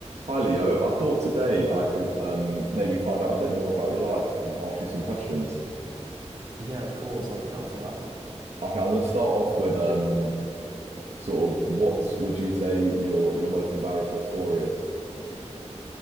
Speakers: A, on the right (about 65°); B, on the right (about 40°).
A: Hi Leo, I thought today I could um, maybe find out a bit more about your life and ask you some questions.
B: Yeah, of course, I'd be down for that.
A: Okay, I'm going to start off with um, sort of what would you say your your most embarrassing story is?